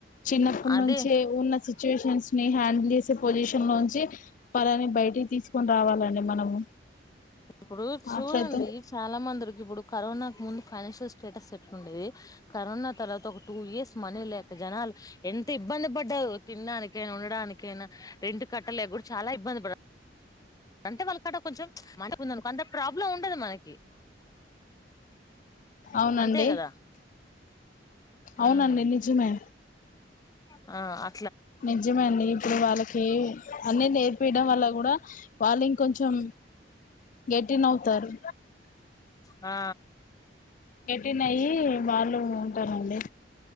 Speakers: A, on the left; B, on the left.
A: చిన్నప్పటి
B: అదే
A: నుంచే ఉన్న చి సిచ్యువేషన్స్ ని హ్యాండిల్ సే పొజిషన్ లోంచి వాళని బయటికి తీసుకొని రావాలండి మనము.
B: ఇప్పుడు చూడండి
A: అట్లయితే
B: చాలా మందిరికి ఇప్పుడు కరోనా ముందు ఫైనాన్షియల్ స్టేటస్ ఎట్లండేది. కరోనా తర్వాత ఒక టూ ఇయర్స్ మనీ లేక జనాలు ఎంత ఇబ్బంది పడ్డారు. తినడానికే ఉండడానికైనా రెంట్ కట్టలేక కూడా చాలా ఇబ్బంది పడ్ అంటే వాళ్ళకాడ కొంచెం చ్చ్ మంట ఉందనుకో అంత ప్రాబ్లం ఉండదు మనకి.
A: అవునండి.
B: అంతే కదా
A: అవునండి
B: ఉమ్
A: నిజమే
B: ఆ అ
A: నిజమండి ఇప్పుడు వాళ్ళకి అన్నీ నేర్పియడం వల్ల కూడా వాళ్ళు ఇంకొంచెం గెటిన్ అవుతారు.
B: ఆ
A: గెటీన్ అయ్యి వాళ్ళు ఉంటారండి.